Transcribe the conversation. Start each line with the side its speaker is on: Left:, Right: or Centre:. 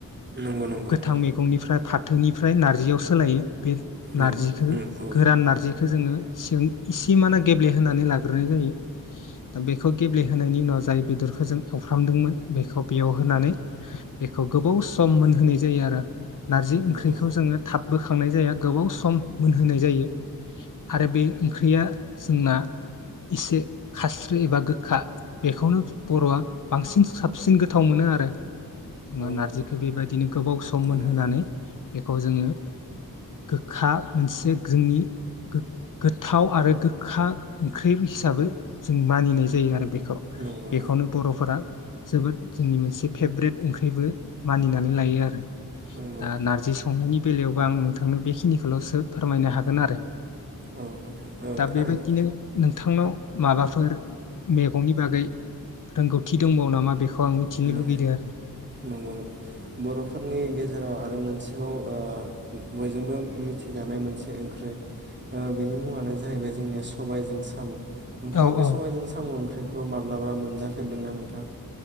Right: नंगौ नंगौ
Left: गोथां
Right: नंगौ
Left: मैगंनिफ्राय फाथोनिफ्राय नारजियाव सोलायो बे
Right: नंगौ
Left: नारजिखौ
Right: उम औ
Left: गोरान नारजिखौ जोङो सिगां इसेमाना गेब्लेहोनानै लाग्रोनाय जायो दा बेखौ गेब्लेहोनायनि उनाव जाय बेदरखौ जों एवफ्रामदोंमोन बेखौ बेयाव होनानै बेखौ गोबौ सम मोनहोनाय जायो आरो नारजि
Right: नंगौ
Left: ओंख्रिखौ जोङो थाब बोखांनाय जाया गोबाव सम मोनहोनाय जायो आरो बे ओंख्रिया जोंना इसे खास्रि एबा गोखा बेखौनो बरआ बांसिन साब साबसिन गोथाव मोनो आरो जोङो नारजिखो
Right: नंगौ
Left: बेबायदिनो गोबाव सम मोनहानै
Right: थारैनो
Left: बेखौ जोङो गोखा मोनसे जोंनि गो-गोथाव आरो गोखा ओंख्रि हिसाबै जों मानिनाय जायो आरो बे खौ
Right: नंगौ नंगौ
Left: बेखौनो बरफोरा जोबोद जोंनि मोनसे फेभ्रेट ओंख्रिबो मानिनानै लायो आरो
Right: नंगौ
Left: दा नारजि संनायनि बेलायाव अ आं नोंथांनो बेखिनिखौलसो फोरमायनो हागोन आरो
Right: औ नोंथां औ
Left: दा
Right: थारैनो
Left: बेबायदिनो नोंथांनाव माबाफोर मैगंनि बागै रोंगौथि दंबावो नामा? बेखौ आं मिथिनो
Right: न
Left: लुगैदों आरो
Right: नंगौ नंगौ बरफोरनि गेजेराव आरो मोनसेबाव ओ बयजोंबो मिथिजानाय मोनसे ओंख्रै ओ बेनि मुङानो जाहैबाय जोंनिया सबायजों साम नोंथाङा
Left: औ
Right: बे
Left: औ
Right: सबायजों साम ओंख्रिखौ माब्लाबा मोनजा फेरदोंना नोंथां